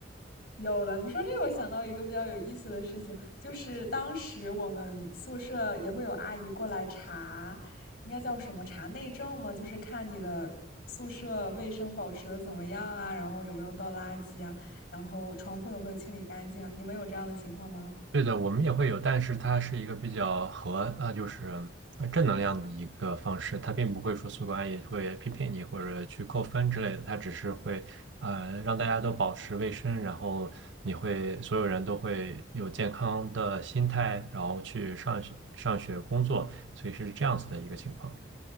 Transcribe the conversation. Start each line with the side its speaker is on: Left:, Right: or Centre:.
Left: 有了，你说这个，我想到一个比较有意思的事情，就是当时我们宿舍也会有阿姨过来查，应该叫什么查内政嘛，就是看你的宿舍卫生保持的怎么样啊，然后有没有倒垃圾啊，然后床铺有没有清理干净啊。你们有这样的情况吗？
Right: 对的，我们也会有，但是它是一个比较和呃，就是呃正能量的一个方式，它并不会说宿管也会批评你或者去扣分之类的，它只是会呃让大家都保持卫生，然后你会所有人都会有健康的心态，然后去上学、上学、工作，所以是这样子的一个情况。